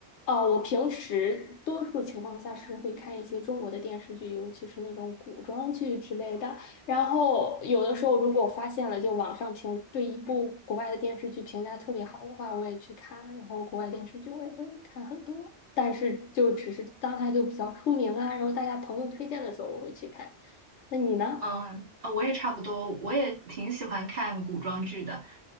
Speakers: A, on the left; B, on the right.
A: 哦，我平时多数情况下是会看一些中国的电视剧，尤其是那种古装剧之类的。然后有的时候，如果我发现了，就网上评对一部国外的电视剧评价特别好的话，我也去看。然后国外电视剧我也会看很多，但是就只是当它就比较出名啊，然后大家朋友推荐的时候我会去看。那你呢？
B: 嗯，呃我也差不多，我也挺喜欢看古装剧的。